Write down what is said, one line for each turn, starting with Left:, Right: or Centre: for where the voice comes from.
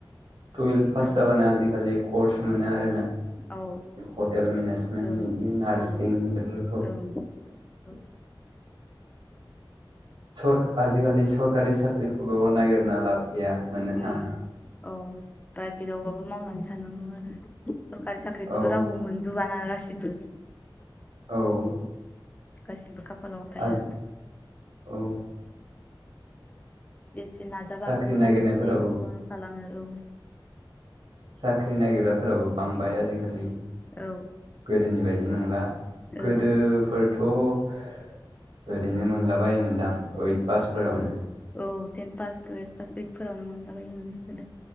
Right: टुवेल्भ पास
Left: औ
Right: जाबानो आजिखालि कर्स मोनो आरो ना।
Left: औ
Right: हटेल मेनेजमेन्ट
Left: ओं
Right: बिदि नार्सिं
Left: औ
Right: बेफोरखौ
Left: ओं औ
Right: सर आजिखालि सरकारि साख्रिखौल' नागिरना लाब गैया मोननो थाङा
Left: उम औ प्राइभेटयावबाबो मावनानै थानांगौ आ सरकारि साख्रिखौथ'
Right: औ
Left: रावबो मोनजोबाना गासिबो
Right: औ
Left: गासैबो खाफालाव थाया
Right: आजि औ
Left: एसे नाजाबाबो
Right: साख्रि
Left: मोनाखैसै
Right: नागिरनायफोराबो
Left: <unintelligible> थालाङो औ
Right: साख्रि नायग्राफोराबो बांबाय आजिखालि
Left: औ
Right: दोनि बायदि नंला
Left: ओं
Right: गोदोफोरथ' ओरैनो मोनलाबायोमोनदां ओइथ पासफोरावनो
Left: औ औ टेन पास टुवेल्भ पास ओइथफोरावनो मोनलाबायोमोन गोदो